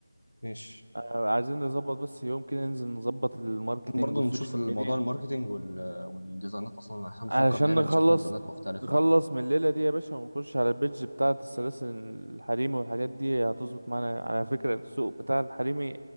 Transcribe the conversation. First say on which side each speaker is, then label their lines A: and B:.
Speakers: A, on the left; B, on the right.
A: ماشي
B: آه، عايزين نظبط بس يوم كده ننزل نظبط الماركتينج
A: برضه
B: والسوشيال
A: نشوف الموضوع
B: ميديا
A: الماركتينج وال... والديزاينات اصلا احنا بنفكر
B: علشان
A: نعمل
B: نخلص
A: شكل ديزاينات مختلفة
B: نخلص
A: يعني
B: من الليلة دي يا باشا ونخش على البيدج بتاعة السلاسل الحريمي والحاجات دي هتظبط معانا على فكرة السوق بتاع الحريمي